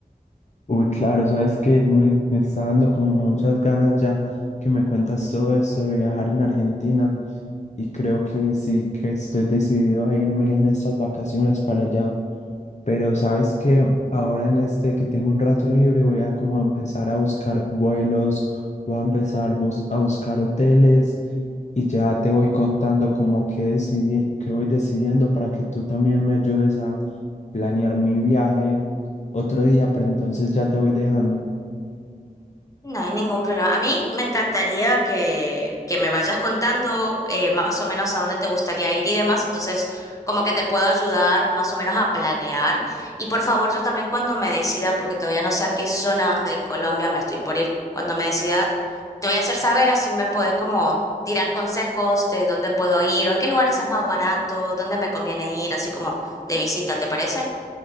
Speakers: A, on the left (about 50°); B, on the left (about 20°).
A: Uy, claro, sabes que me, me está dando como muchas ganas ya que me cuentas todo esto de viajar en Argentina. y creo que sí que estoy decidido a irme en estas vacaciones para allá. Pero sabes que ahora en este que tengo un rato libre voy a como empezar a buscar vuelos, voy a empezar bus- a buscar hoteles y ya te voy contando como que decidí, que voy decidiendo para que tú también me ayudes a planear mi viaje otro día, pero entonces ya te voy dejando.
B: No hay ningún problema. A mí me encantaría que, que me vayas contando eh, más o menos a dónde te gustaría ir y demás. Entonces, como que te puedo ayudar más o menos a planear. Y por favor, yo también cuando me decida, porque todavía no sé a qué zona de Colombia me estoy por ir, cuando me decida, te voy a hacer saber, así me podés como tirar consejos de dónde puedo ir o en qué lugares es más barato, dónde me conviene ir, así como de visita, ¿te parece?